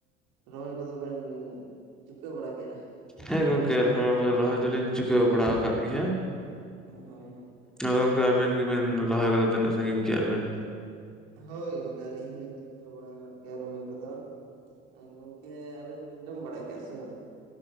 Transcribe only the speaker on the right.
ᱨᱚᱦᱚᱭ ᱠᱚᱫᱚ ᱵᱮᱱ ᱪᱩᱠᱟᱹᱣ ᱵᱟᱲᱟ ᱠᱮᱫᱼᱟ?
ᱦᱳᱭ ᱦᱚᱸ᱾
ᱦᱳᱭ ᱜᱚᱢᱠᱮ ᱟᱹᱞᱤᱧ ᱦᱚᱞᱤᱧ ᱪᱤᱠᱟᱹᱣ ᱵᱟᱲᱟ ᱠᱟᱫ ᱜᱮᱭᱟ ᱨᱚᱦᱚᱭ ᱠᱚᱫᱚ᱾ ᱟᱨ ᱜᱚᱝᱠᱮ ᱟᱵᱮᱱ ᱫᱚᱵᱮᱱ, ᱡᱚᱢ ᱵᱟᱲᱟ ᱠᱮᱜᱼᱟ ᱥᱮ ᱵᱟᱝ?